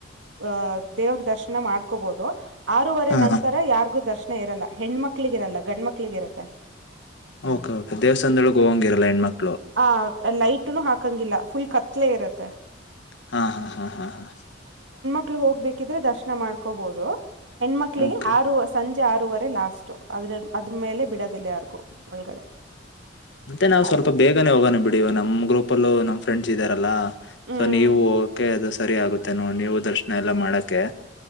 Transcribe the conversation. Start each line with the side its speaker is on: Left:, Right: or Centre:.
Right: ಅಹ ದೇವ್ರ ದರ್ಶನ ಮಾಡ್ಕೋಬಹದು ಆರೂವರೆ
Left: ಹಾ
Right: ನಂತರ
Left: ಹಾ
Right: ಯಾರಿಗೂ ದರ್ಶನ ಇರಲ್ಲ ಹೆಣ್ಣ್ಮಕ್ಳಿರಲ್ಲ ಗಣ್ಮಕ್ಳ ಮಕ್ಲಿಗ ಇರತ್ತೆ
Left: ಓಕೆ ಓಕ ದೇವಸ್ಥಾನಳ ಹೋಗೋಂಗಿರಲ್ಲ ಹೆಣ್ಮಕ್
Right: ಹ ಲೈಟ್ ಒಟ್ಟ ಹಾಕಂಗಿಲ್ಲ ಫುಲ್ ಕತ್ಲೆ ಇರತ್ತೆ
Left: ಹಾ ಹಾ ಹಾ ಹಾ ಹಾ
Right: ಮಕ್ಳ ಹೋಗ್ಬೇಕಿದ್ರೆ ದರ್ಶನ ಮಾಡ್ಕೋಬಹುದು ಹೆಣ್ಮಕ್ಳಿಗೆ
Left: ಓಕೆ
Right: ಆ ಸಂಜೆ ಆರೂವರೆ ಲಾಸ್ಟ್ ಅದ್ರ ಅದ್ರ್ಮೇಲೆ ಬಿಡೋದಿಲ್ಲ ಯಾರಿಗೂ ಒಳಗಡೆ
Left: ಮತ್ತೆ ನಾವವು
Right: ಅದ್-
Left: ಸ್ವಲ್ಪ ಬೇ ಈಗನೇ ಹೋಗಾನ ಬಿಡಿ ನಮ್ಮ ಗ್ರೂಪ ಅಲ್ಲ ನಮ ಫ್ರೆಂಡ್ಸ್ ಇದ್ದಾರಲ್ಲಾ
Right: ಹ್ಮ್
Left: ಸೊ ನೀವು ಕ ಸರಿ ಆಗುತ್ತೇನು ನೀವು ದರ್ಶನ ಎಲ್ಲಾ ಮಾಡಕೆ